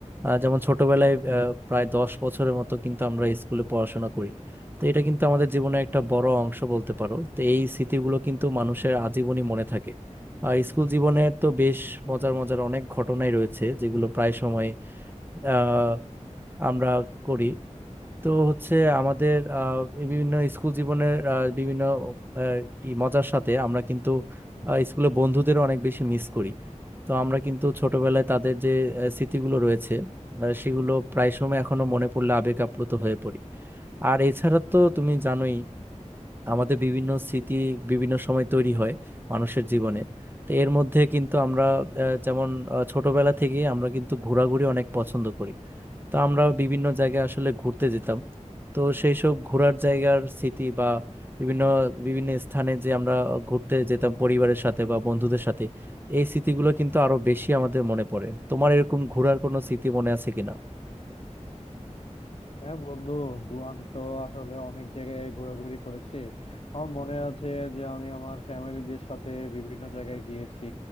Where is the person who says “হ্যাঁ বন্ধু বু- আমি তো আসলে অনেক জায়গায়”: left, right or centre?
Left